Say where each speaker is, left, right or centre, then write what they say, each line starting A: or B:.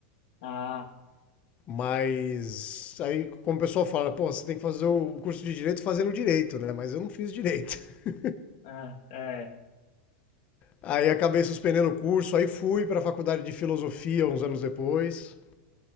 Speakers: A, on the left; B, on the left.
A: Ah,
B: mas aí como o pessoal fala, pô, você tem que fazer o curso de direito fazendo direito, né? Mas eu não fiz direito. <laughs>
A: ah, é,
B: Aí acabei suspendendo o curso, aí fui para a faculdade de filosofia uns anos depois.